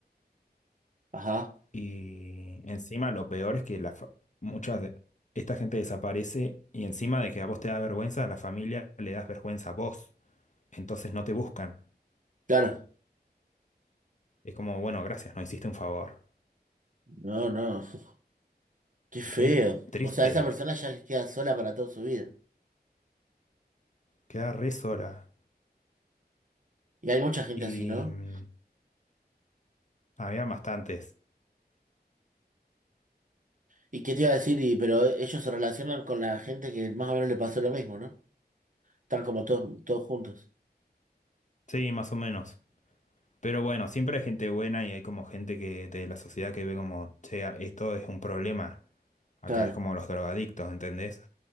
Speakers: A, on the right; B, on the left.
A: Ajá.
B: Y encima lo peor es que la fa- muchas de esta gente desaparece y encima de que a vos te da vergüenza, a la familia le das vergüenza a vos, entonces no te buscan.
A: Claro.
B: Es como, bueno, gracias, no hiciste un favor.
A: No, no. uf, Qué feo.
B: Re triste,
A: O sea, esa persona ya queda sola para toda su vida.
B: queda re sola.
A: Y hay mucha gente
B: Y
A: así, ¿no?
B: mm, había bastantes,
A: ¿Y qué te iba a decir? Y, pero ellos se relacionan con la gente que más o menos le pasó lo mismo, ¿no? Están como todos, todos juntos.
B: sí, más o menos. Pero bueno, siempre hay gente buena y hay como gente que de la sociedad que ve como, che, esto es un problema. Acá
A: Claro.
B: es como los drogadictos, ¿entendés?